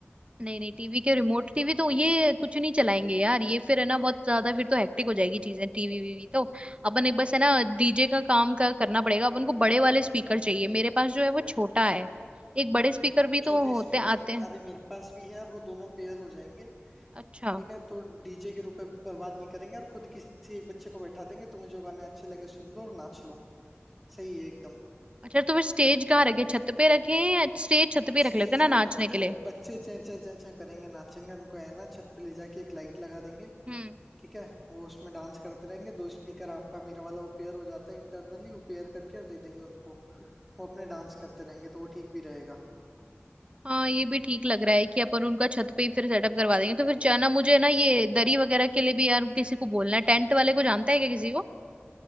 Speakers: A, on the right; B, in the centre.
A: नहीं नहीं टीवी के रिमोट टीवी तो ये कुछ नहीं चलाएंगे यार ये फिर है ना बहुत ज्यादा फिर तो हेक्टिक हो जाएगी चीजें टीवी वीवी तो अपन एक बस है ना डीजे का काम का करना पड़ेगा अपन को बड़े वाले स्पीकर चाहिए मेरे पास जो है वो छोटा है एक बड़े स्पीकर भी
B: छोटे
A: तो
B: स्पीकर
A: होते आते हैं
B: अरे मेरे पास भी है और वो दोनों पेयर हो जाएंगे
A: अच्छा
B: ठीक है तो डीजे के रूप में बर्बाद नहीं करेंगे और खुद किसी एक बच्चे को बैठा देंगे तुम्हें जो गाने अच्छे लगे सुन लो और नाच लो सही है एकदम
A: अच्छा तो फिर स्टेज कहाँ रखे छत पे रखे या स्टेज छत पे
B: स्टेज
A: रख लेते हैं ना
B: नहीं
A: नाचने के
B: देख
A: लिए
B: बच्चे चें चें चें चें करेंगे नाचेंगे उनको है ना छत पे ले जाके एक लाइट लगा देंगे
A: हम्म
B: ठीक है वो उसमें डांस करते रहेंगे दो स्पीकर आपका मेरा वाला वो पेयर हो जाता है इंटरनली वो पेयर करके और दे देंगे उनको वो अपने डांस करते रहेंगे तो वो ठीक भी रहेगा
A: हाँ ये भी ठीक लग रहा है कि अपन उनका छत पे ही फिर सेटअप करवा देंगे तो फिर जाना मुझे ना ये दरी वगैरह के लिए भी यार किसी को बोलना है टेंट वाले को जानता है क्या किसी को